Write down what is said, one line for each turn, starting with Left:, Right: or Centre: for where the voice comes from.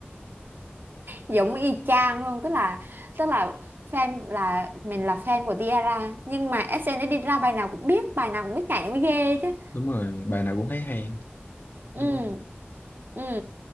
Right: giống y chang luôn tức là tức là fan là mình là fan của Tiara nhưng mà ét en ét đi ra bài nào cũng biết bài nào cũng biết nhảy mới ghê chứ
Left: đúng rồi bài nào cũng thấy hay
Right: ừ
Left: đúng không
Right: ừ